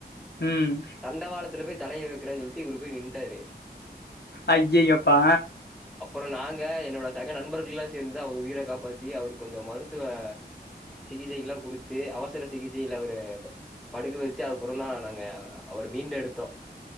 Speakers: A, on the left; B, in the centre.
A: ம்
B: தண்டவாலத்துல போய் தலைய வைக்கிறேன் சொல்ட்டு இவரு போய் நிண்ட்டாரு
A: ஐயையோ அப்பா
B: அப்பறோ நாங்க என்னோட சக நண்பர்கள்லா சேந்துதா அவர் உயிர காப்பாத்தி அவரு கொஞ்சோ மருத்துவ சிகிச்சைக்குலா குடுத்து அவசர சிகிச்சையில அவரு படுக்க வெச்சு அப்பறோதா நாங்க அவர மீண்டு எடுத்தோ